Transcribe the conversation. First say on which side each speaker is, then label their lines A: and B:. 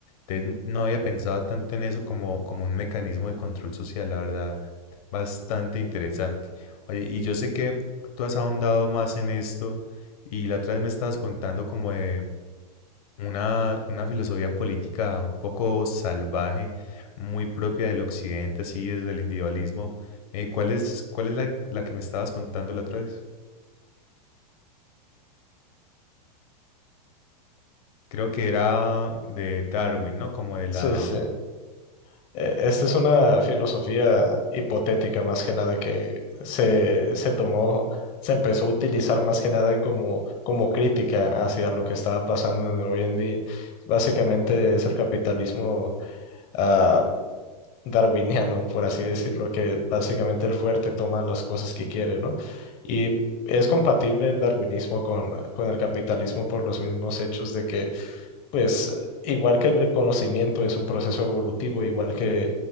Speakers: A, on the left; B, on the left.
A: Entonces, no había pensado tanto en eso como, como un mecanismo de control social, la verdad, bastante interesante. Oye, y yo sé que tú has ahondado más en esto, y la otra vez me estabas contando como de una, una filosofía política un poco salvaje, muy propia del occidente, así desde el individualismo. Eh, ¿cuál es, cuál es la, la que me estabas contando la otra vez? Creo que era de Darwin, ¿no? Como de la...
B: Sí, sí. sí. Eh, Esta es una filosofía hipotética más que nada que se, se tomó, se empezó a utilizar más que nada como, como crítica hacia lo que estaba pasando en- hoy en día. Básicamente es el capitalismo ah, darwiniano, por así decirlo, que básicamente el fuerte toma las cosas que quiere, ¿no? Y es compatible el darwinismo con, con el capitalismo por los mismos hechos de que, pues, igual que el conocimiento es un proceso evolutivo, igual que,